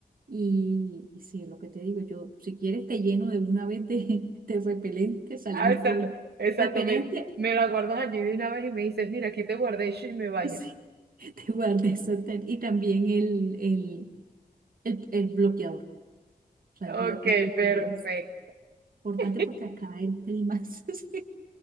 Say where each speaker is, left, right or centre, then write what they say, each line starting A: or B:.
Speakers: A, on the right; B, on the right.
A: y, y sí, lo que te digo, yo si quieres te lleno de una vez de, <laughs> de repelente, salimos
B: Ah, exacto,
A: todos llenos.
B: exacto.
A: repelente,
B: Me, me la guardas allí de una vez y me dices, mira, aquí te guardé y shi,
A: <laughs>
B: me bañas.
A: sí, te guardé eso tal, y también el, el, el, el bloqueador, o sea, el,
B: Ok,
A: bio- el bloqueador,
B: perfecto.
A: Importante
B: <laughs>
A: porque acá el clima es... <laughs>